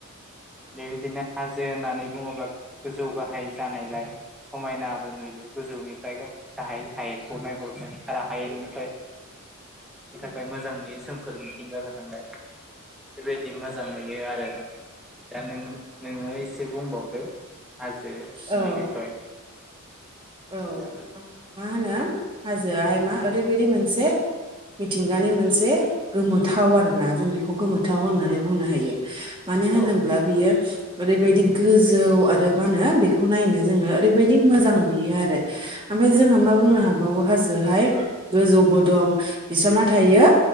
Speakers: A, in the centre; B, on the right.
A: बेबायदिनो हाजो होननानै बुङोब्ला गोजौ गाहाय जानायलाय समायना नाबो नुयो गोजौनिफ्राय गाहाइ हायेनखौ नायहरनो आरो हायेनिफ्राय <unintelligible>
B: औ
A: ओमफ्राय मोजां नुयो सोमखोर मिथिंगा गोनांलाय बेबायदि मोजां नुयो आरो दा नों-नोङो इसे बुंबावदों हाजो बिनि
B: औ
A: बिखय <inaudible>
B: औ मा होनो हाजोआहाय मा ओरैबायदि मोनसे मिथिंगानि मोनसे गोमोथाव आरोना जों बिखौ गोमोथाव होन्ना नै बुंनो हायो मानो होनोब्ला
A: औ
B: बियो ओरैबायदि गोजौ आरो मा होनो बेखौ नायनो जोङो ओरैबायदि मोजां नुयो आरो आमफाय जोङो मा बुंनो हाबावो हाजोयाहाय गोजौबो दं बिस्रा मा थायो